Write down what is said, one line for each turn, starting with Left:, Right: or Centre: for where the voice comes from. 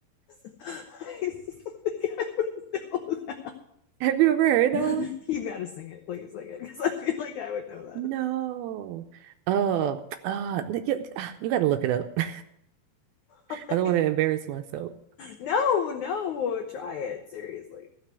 Left: didn't think I would know
Right: Have you ever heard
Left: that.
Right: that one?
Left: You've got to sing it, please sing it, because I feel like I would know
Right: No. Oh, ah, n- you, ah, you got to look it up. <laughs>
Left: that.
Right: I don't want
Left: <laughs>
Right: to embarrass myself.
Left: No, no, try it seriously.